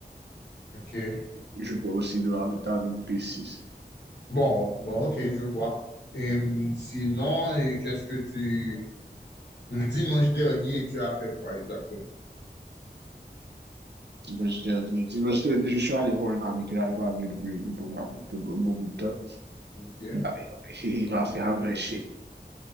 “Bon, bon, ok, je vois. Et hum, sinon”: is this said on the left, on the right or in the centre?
Left